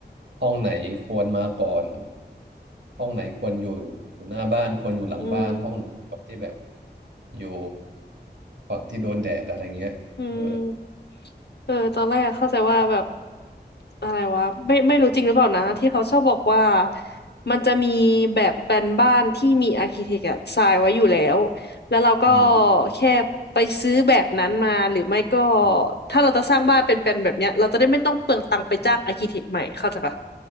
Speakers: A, on the right; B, on the left.
A: ห้องไหนควรมาก่อนห้องไหนควรอยู่อยู่หน้าบ้านควรอยู่หลังบ้านห้องไหนควรที่แบบ
B: อืม
A: อยู่ฝั่งที่โดนแดดอะไรเงี้ยเออ
B: อืมเออตอนแรกเข้าใจว่าแบบอะไรวะไม่ไม่รู้จริงหรือเปล่านะที่เขาชอบบอกว่ามันจะมีแบบแปลนบ้านที่มีอาร์คิเทคอะทรายไว้อยู่แล้วแล้วเราก็
A: อืม
B: แค่ไปซื้อแบบนั้นมาหรือไม่ก็
A: อืม
B: ถ้าเราจะสร้างบ้านเป็นแปลนแบบเนี้ยเราจะได้ไม่ต้องเปลืองตังค์ไปจ้างอาร์คิเทคใหม่เข้าใจปะ